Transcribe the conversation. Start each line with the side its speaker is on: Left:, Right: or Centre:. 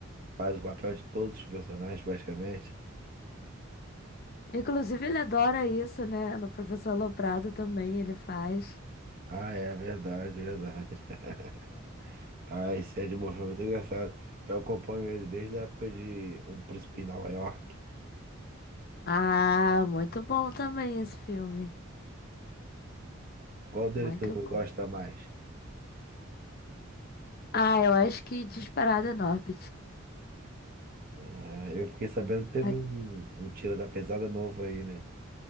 Right: faz o papel de todos os personagens, praticamente.
Left: Inclusive, ele adora isso, né? No Professor Loprado também ele faz.
Right: Ah, é verdade, é verdade. <laughs> Ah, esse Ed Murphy é muito engraçado. Eu acompanho ele desde a época de Um Príncipe em Nova York.
Left: Ah, muito bom também esse filme.
Right: Qual dele
Left: Muito
Right: tu
Left: bom.
Right: gosta mais?
Left: Ah, eu acho que disparada é Norbit.
Right: Ah, eu fiquei sabendo que teve
Left: Ah,
Right: um, um Tira da Pesada novo aí, né?